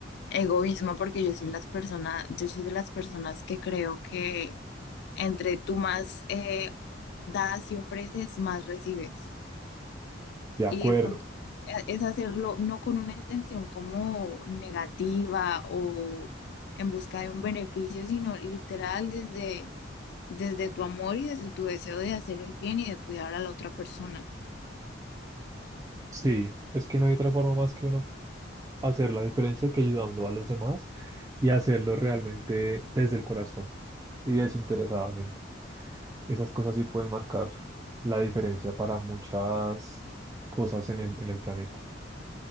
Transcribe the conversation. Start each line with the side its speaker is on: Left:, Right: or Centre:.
Left: egoísmo, porque yo soy las personas, yo soy de las personas que creo que entre tú más eh, das y ofreces, más recibes.
Right: de acuerdo.
Left: Y el punto es hacerlo no con una intención como negativa o en busca de un beneficio, sino literal desde, desde tu amor y desde tu deseo de hacer el bien y de cuidar a la otra persona.
Right: Sí, es que no hay otra forma más que uno hacer la diferencia que ayudando a los demás y hacerlo realmente desde el corazón y desinteresadamente. esas cosas sí pueden marcar la diferencia para muchas cosas en el, en el planeta.